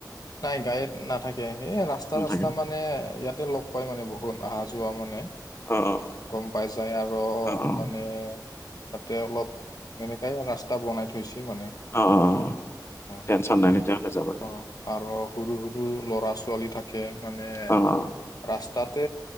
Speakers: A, on the left (about 60°); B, on the left (about 35°).
A: নাই গাইড নাথাকে এই ৰাস্তা
B: নাথাকে
A: ৰাস্তা মান
B: ন?
A: মানে ইয়াতে লগ পাই মানে বহুত অহা যোৱা মানে।
B: অ', অ'।
A: গম পাই যাই আৰু
B: অ', অ',
A: মানে তাতে অলপ এনেকাই ৰাস্তা বনাই থৈছি মানে।
B: অ', অ',
A: অ',
B: টেনচন নাই তেতিয়াহ'লে যাবলৈ।
A: অ', আৰু সৰু সৰু ল'ৰা ছোৱালী থাকে মানে
B: অ', অ',
A: ৰাস্ত তাতে